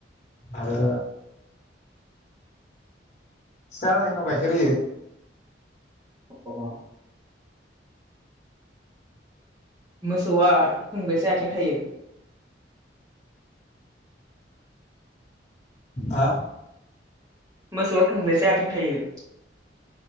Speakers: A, on the left; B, on the right.
A: आरो फिसा होनायनि उनाव गाइखेर होयो।
B: अ मोसौआ थोंबेसे आथिं थायो।
A: हा
B: मोसौआ थोंबेसे आथिं थायो?